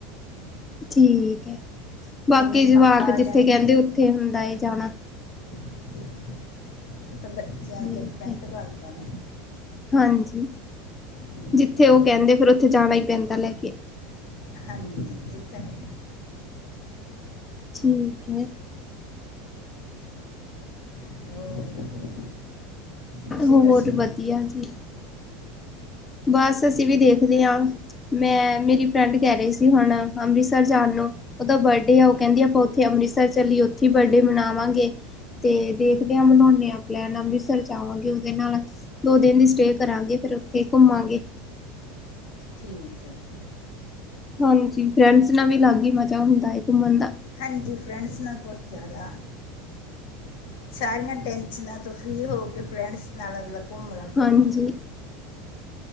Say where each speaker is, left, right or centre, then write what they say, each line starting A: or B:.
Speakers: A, on the left (about 70°); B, on the left (about 15°).
A: ਹੂੰ।
B: ਠੀਕ ਏ, ਬਾਕੀ
A: ਦੇ
B: ਜਵਾਕ
A: ਪਾਪਾ ਆ
B: ਜਿੱਥੇ
A: ਜਾਣਗੇ
B: ਕਹਿੰਦੇ ਉੱਥੇ ਹੁੰਦਾ ਏ ਜਾਣਾਂ।
A: ਉਹ ਤੇ ਬੱਚਿਆਂ
B: ਠੀਕ
A: ਤੇ ਡਿਪੈਂਟ
B: ਹੈ।
A: ਕਰਦਾ ਨਾ।
B: ਹਾਂਜੀ,
A: ਹਮ,
B: ਜਿੱਥੇ ਉਹ ਕਹਿੰਦੇ ਫਿਰ ਉੱਥੇ ਜਾਣਾ ਈ ਪੈਂਦਾ ਲੈ ਕੇ।
A: ਹਾਂਜੀ, ਇਹ ਤਾਂ ਹੈ।
B: ਠੀਕ ਏ।
A: ਹੋਰ ਤੁਸੀਂ
B: ਹੋਰ
A: ਦੱਸੋ
B: ਵਧੀਆ ਜੀ। ਬਸ
A: ਚਲੋ
B: ਅਸੀਂ ਵੀ ਦੇਖਦੇ ਆਂ। ਮੈਂ, ਮੇਰੀ ਫਰੈਂਡ ਕਹਿ ਰਹੀ ਸੀ ਹੁਣ ਅੰਮ੍ਰਿਤਸਰ ਜਾਣ ਨੂੰ। ਉਹਦਾ ਬਡੇ ਆ, ਉਹ ਕਹਿੰਦੀ ਆਪਾਂ ਉੱਥੇ ਅੰਮ੍ਰਿਤਸਰ ਚੱਲੀਏ ਉੱਥੇ ਈ ਬਡੇ ਮਨਾਵਾਂਗੇ। ਤੇ ਦੇਖਦੇ ਆ ਬਨਾਉਨੇ ਆ ਪਲੈਨ, ਅੰਮ੍ਰਿਤਸਰ ਜਾਵਾਂਗੇ ਉਹਦੇ ਨਾਲ ਦੋ ਦਿਨ ਦੀ ਸਟੇਅ ਕਰਾਂਗੇ, ਫਿਰ ਉੱਥੇ ਘੁੰਮਾਂਗੇ।
A: ਠੀਕ ਐ ਜ
B: ਹਾਂਜੀ, ਫਰੈਂਡਸ ਨਾਲ ਵੀ ਅਲੱਗ ਈ ਮਜ਼ਾ ਹੁੰਦਾ ਏ ਘੁੰਮਣ ਦਾ।
A: ਹਾਂਜੀ, ਫਰੈਂਡਸ ਨਾਲ ਕੁਛ ਜਾਆਦਾ। ਸਾਰੀਆਂ ਟੈਨਸ਼ਨਾਂ ਤੋਂ ਫ਼ਰੀ ਹੋ ਕੇ ਫਰੈਂਡਸ ਨਾਲ ਅਗਲਾ ਘੁੰਮਦਾ ਫਿਰਦਾ
B: ਹਾਂਜੀ।